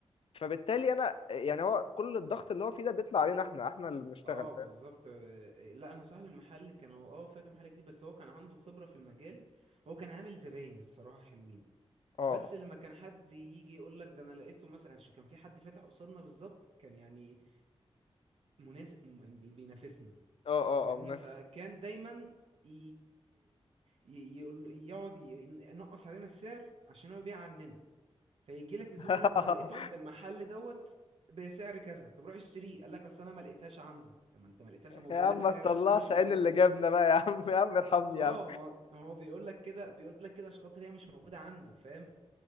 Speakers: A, on the left (about 60°); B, on the right (about 70°).
A: فبالتالي انا يعني هو كل الضغط اللي هو فيه ده بيطلع علينا احنا احنا اللي بنشتغل
B: اه
A: فاهم
B: بالظبط آه، لا انا صاحب المحل كان هو اه فاتح محل جديد بس هو كان عنده خبرة في المجال هو كان عامل زباين الصراحة حلوين
A: اه
B: بس لما كان حد يجي يقول لك ده انا لقيته مثلا عشان كان في حد فاتح قصادنا بالظبط كان يعني مناسب م- بي- بينافسنا
A: اه اه
B: فاهمني
A: اه منافس
B: فكان دايما ي... ي... يقول... يقعد ي- ينقص علينا السعر عشان هو يبيع عننا فيجي لك الزبون
A: <laughs>
B: يقول لك ده انا لقيته عند المحل دوت بسعر كذا طب روح اشتريه قال لك اصل انا ما لقيتهاش عنده طب ما انت ما لقيتهاش ما هو
A: يا
B: بيقول
A: عم
B: لك سعر
A: ما تطلعش
B: ده عشان هي مش
A: عين
B: موجوده
A: اللي جابنا بقى يا عم يا عم ارحمني
B: اه
A: يا عم
B: ما هو بيقول لك كده بيقول لك كده عشان خاطر هي مش موجوده عنده فاهم